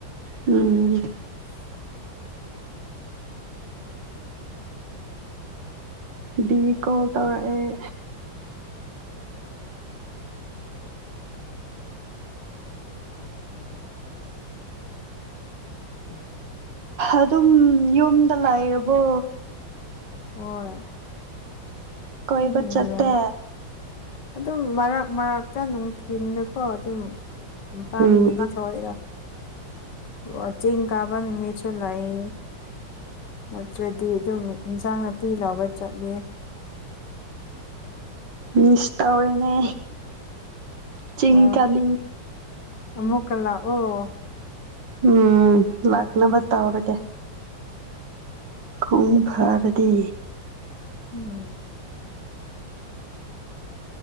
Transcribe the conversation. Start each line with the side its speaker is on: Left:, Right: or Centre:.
Right: ꯎꯝ
Left: <inaudible>
Right: ꯗꯤ ꯀꯣꯜ ꯇꯧꯔꯛꯑꯦ
Left: <inaudible> <inaudible>
Right: ꯑꯗꯨꯝ ꯌꯨꯝꯗ ꯂꯥꯛꯔꯕꯣ
Left: ꯍꯣꯏ
Right: ꯀꯣꯏꯕ
Left: ꯑꯗꯨꯝ
Right: ꯆꯠꯇꯦ
Left: ꯂꯩ ꯑꯗꯨꯝ ꯃꯔꯛ ꯃꯔꯛꯇ ꯅꯨꯡꯊꯤꯟꯗꯀꯣ ꯑꯗꯨꯝ ꯃꯄꯥꯟꯕꯨꯗꯤ
Right: ꯎꯝ
Left: ꯊꯣꯛꯏꯗ ꯋꯥꯆꯤꯡ ꯀꯥꯕ ꯅꯨꯃꯤꯠꯇ ꯂꯩ ꯅꯠꯇ꯭ꯔꯗꯤ ꯑꯗꯨꯝ ꯏꯟꯁꯥꯡ ꯅꯥꯄꯤ ꯂꯥꯎꯕ ꯆꯠꯂꯦ
Right: ꯃꯤꯁ ꯇꯧꯔꯅꯦ ꯆꯤꯡ
Left: ꯍꯣꯏ
Right: ꯀꯥꯅꯤ
Left: ꯑꯃꯨꯛꯀ ꯂꯥꯛꯑꯣ
Right: ꯎꯝ ꯂꯥꯛꯅꯕ ꯇꯧꯔ ꯀꯦ ꯈꯨꯝ ꯐꯥꯔꯗꯤ
Left: ꯎꯝ